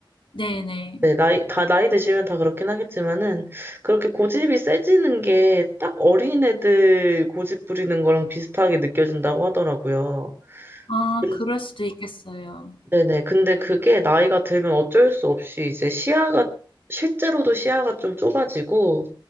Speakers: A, on the left; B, on the right.
A: 네네.
B: 네, 나이, 다 나이 드시면 다 그렇긴 하겠지만은, 그렇게 고집이 세지는 게 딱 어린애들 고집 부리는 거랑 비슷하게 느껴진다고 하더라고요.
A: 아
B: 근-
A: 그럴 수도 있겠어요.
B: 네네. 근데 그게 나이가 들면 어쩔 수 없이 이제 시야가, 실제로도 시야가 좀 좁아지고,